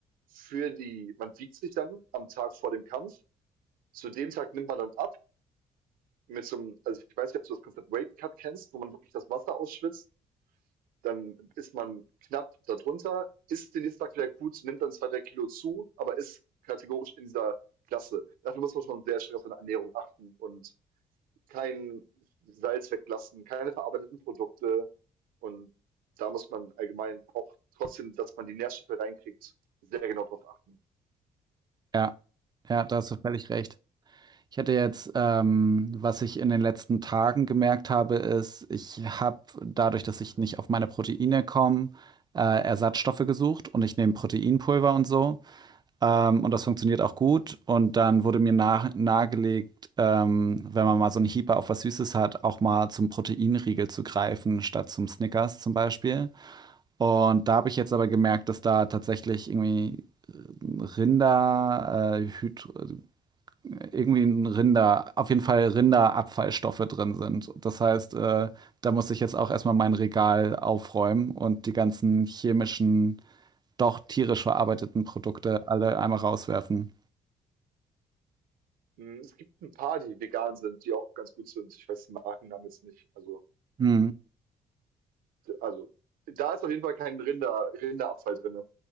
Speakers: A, on the right; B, on the right.
A: für die, man wiegt sich dann am Tag vor dem Kampf Zu dem Tag nimmt man dann ab mit so einem, also, ich weiß nicht, ob du das Konzept Weight Cut kennst, wo man wirklich das Wasser ausschwitzt, dann ist man knapp darunter, ist den nächsten Tag wieder gut, nimmt dann 2 3 Kilo zu, aber ist kategorisch in dieser Klasse. Dafür muss man schon sehr streng auf seine Ernährung achten und kein Salz weglassen, keine verarbeiteten Produkte. Und da muss man allgemein auch trotzdem, dass man die Nährstoffe reinkriegt, sehr genau drauf achten.
B: Ja, ja, da hast du völlig recht. Ich hatte jetzt, ähm, was ich in den letzten Tagen gemerkt habe, ist, ich habe dadurch, dass ich nicht auf meine Proteine komme, äh, Ersatzstoffe gesucht und ich nehme Proteinpulver und so. Ähm, und das funktioniert auch gut. Und dann wurde mir nach, nahegelegt, ähm, wenn man mal so einen Hieper auf was Süßes hat, auch mal zum Proteinriegel zu greifen, statt zum Snickers zum Beispiel. Und da habe ich jetzt aber gemerkt, dass da tatsächlich irgendwie Rinder, äh, Hyd irgendwie ein Rinder, auf jeden Fall Rinderabfallstoffe drin sind. Das heißt, äh, da muss ich jetzt auch erstmal mein Regal aufräumen und die ganzen chemischen, doch tierisch verarbeiteten Produkte alle einmal rauswerfen.
A: Hm, es gibt ein paar, die vegan sind, die auch ganz gut sind. Ich weiß den Markennamen jetzt nicht. Also
B: Hm.
A: also da ist auf jeden Fall kein Rinder, Rinderabfall drin.